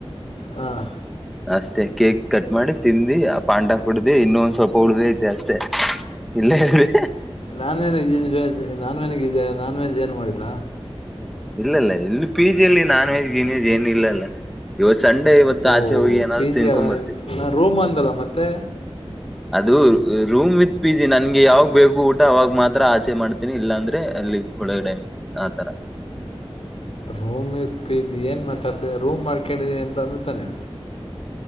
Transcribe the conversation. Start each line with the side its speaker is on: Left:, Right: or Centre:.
Left: ಹಾಂ
Centre: ಅಷ್ಟೇ ಕೇಕ್ ಕಟ್ ಮಾಡಿ ತಿಿಂದಿ ಆ ಪಾಂಟಾ ಕುಡ್ದ ಇನ್ನೊ ಒಂದ್ ಸ್ವಲ್ಪ ಉಳ್ದ ಐತಿ ಅಷ್ಟೆ ಇಲ್ಲ ಹೇಳಿ
Left: ನಾನ್ನ ವ್ ನಾನ್ವೆನಿಗೆ ನಾನ್ವೆಜ್ ಏನು ಮಾಡಿಲ್ಲ
Centre: ಇಲ್ಲ ಇಲ್ಲ ಇಲ್ಲಿ ಪಿ ಜಿಲ್ಲಿ ನಾನ್ ವೆಜ್ ಜನ್ವೆಜ್ ಏನು ಇಲ್ಲಲ್ಲ ಇವತ್ತು ಸಂಡೇ ಇವತ್ತು
Left: ಓ
Centre: ಹೋಗಿ ಏನಾದ್ರು
Left: ಪಿ
Centre: ತಿನ್ಕೊಂಡ್
Left: ಜಿ ಅಲ್ಲ
Centre: ಬರ್ತೀವಿ
Left: ನ ರೂಮ್ ಅಂದಲ್ಲ ಮತ್ತೆ
Centre: ಅದು ರೂಮ್ ವಿತ್ ಪಿ ಜಿ ನನ್ಗೆ ಯಾವಾಗ ಬೇಕು ಊಟ ಅವಾಗ ಮಾತ್ರ ಆಚೆ ಮಾಡ್ತೀನಿ ಇಲ್ಲಾ ಅಂದ್ರೆ ಅಲ್ಲಿ ಒಳಗಡೆ ಮಾಡ್ತಿ ಆತರ
Left: ರೂಮ್ ಇ ಏನ್ ಮಾತಾಡ್ತ ರೂಮ್ ಮಾಡ್ಕೊಂಡಿದಿ ಅಂತ ಅಂದು ತಾನೆ